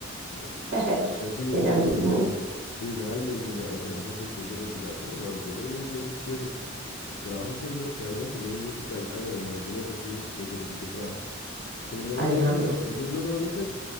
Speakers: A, on the left; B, on the right.
A: malas.
B: <laughs>
A: O sea, sí, en
B: en
A: serio,
B: algún
A: o sea,
B: mood.
A: sí, nada al mendigar, o sea, esa cuestión de mendigar, no, hermano, yo le doy empleo si quiere. Hay trabajos en lo que hay, no, que yo soy de otro país, hágale, hermano, yo lo recibo después de que usted trabaje. Pero no lo
B: Alejandro,
A: van a hacer, ellos no lo van a hacer.